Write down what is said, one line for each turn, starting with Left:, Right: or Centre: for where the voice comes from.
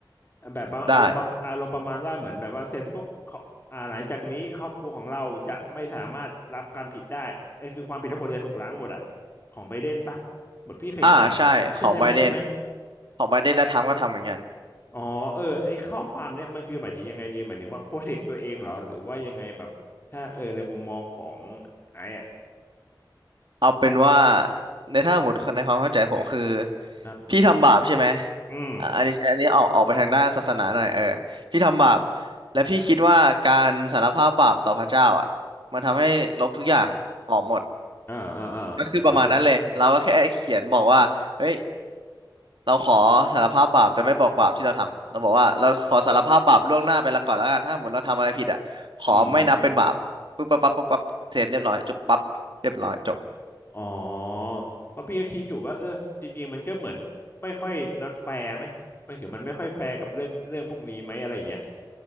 Left: แบบประอารมณ์ประอารมณ์ประมาณว่าเหมือนแบบว่าเซ็นปุ๊บเขาอ่าหลังจากนี้ครอบครัวของเราจะไม่สามารถรับความผิดได้เอ้ยคือความผิดทั้งหมดจะถูกล้างหมดอะ
Right: ได้
Left: ของไบเดนปะเหมือนพี่เคยเห็นอ่าน
Right: อ่าใช่ของไบเดน
Left: ใช่ใช่ไหมใช่ไหม
Right: ของไบเดนและทรัมป์ก็ทำเหมือนกัน
Left: อ๋อเออไอข้อความเนี้ยมันคือหมายถึงยังไงดีหมายถึงว่าโปรเทคตัวเองเหรอหรือว่ายังไงแบบถ้าเออในมุมมองของไอ้อะ
Right: เอาเป็นว่าในถ้าสมมติในความเข้าใจผมคือ
Left: ครับ
Right: พี่ทำบาปใช่ไหม
Left: อืม
Right: อ่ะอันนี้อันนี้ออกออกไปทางด้านศาสนาหน่อยเออพี่ทำบาปและพี่คิดว่าการสารภาพบาปต่อพระเจ้าอ่ะมันทำให้ลบทุกอย่างออกหมด
Left: อ่าอ่าอ่าอ่าคุณคุณ
Right: ก็คือประมาณนั้นเลยเราก็แค่เขียนบอกว่าเฮ้ยเราขอสารภาพบาปแต่ไม่บอกบาปที่เราทำเราบอกว่าเราขอสารภาพบาปล่วงหน้าไปแล้วก่อนแล้วกันถ้าสมมติเราทำอะไรผิดอ่ะขอไม่นับเป็นบาปปึ๊บปั๊บปั๊บปั๊บปั๊บเสร็จเรียบร้อยจบปั๊บเรียบร้อยจบ
Left: อืม อ๋อเพราะพี่ก็คิดอยู่ว่าเออจริงๆมันก็เหมือนไม่ค่อย not fair ไหมมันคือมันไม่ค่อยแฟร์กับเรื่องเรื่องพวกนี้ไหมอะไรอย่างเงี้ย